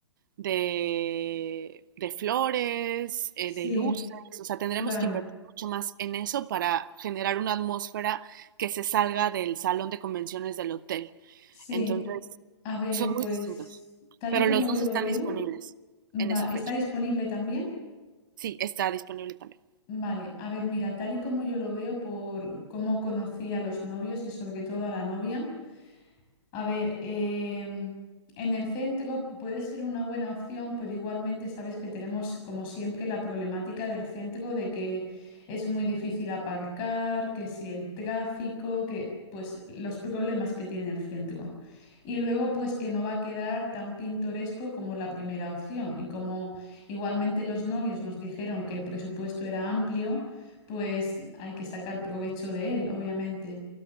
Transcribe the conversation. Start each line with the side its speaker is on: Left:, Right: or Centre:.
Right: de, de flores, eh,
Left: Sí,
Right: de luces, o sea, tendremos
Left: claro,
Right: que invertir mucho más en eso para generar una atmósfera que se salga del salón de convenciones del hotel.
Left: sí.
Right: Entonces,
Left: A ver,
Right: son muy
Left: pues
Right: distintos,
Left: tal
Right: pero
Left: y como
Right: los
Left: yo
Right: dos están
Left: lo veo,
Right: disponibles
Left: va,
Right: en esa
Left: ¿está
Right: fecha.
Left: disponible también?
Right: Sí, está disponible también.
Left: Vale, a ver, mira, tal y como yo lo veo por cómo conocí a los novios y sobre todo a la novia, A ver, em, en el centro puede ser una buena opción, pero igualmente sabes que tenemos, como siempre, la problemática del centro de que es muy difícil aparcar, que si el tráfico, que pues los problemas que tiene el centro. Y luego, pues que no va a quedar tan pintoresco como la primera opción. Y como igualmente los novios nos dijeron que el presupuesto era amplio, pues hay que sacar provecho de él, obviamente.